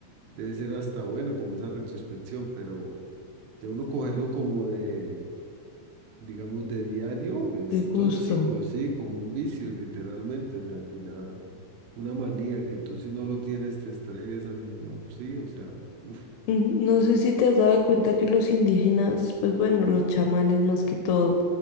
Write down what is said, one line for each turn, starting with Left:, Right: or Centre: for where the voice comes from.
Right: debe ser hasta bueno como esa retrospección, pero de uno cogerlo como de, digamos, de diario es
Left: De gusto.
Right: tóxico, sí, como un vicio literalmente, o sea, que ya una manía que tú si no lo tienes te estresas y si no, sí, o sea, uff,
Left: Mm, No sé si te has dado de cuenta que los indígenas, pues bueno, los chamanes más que todo,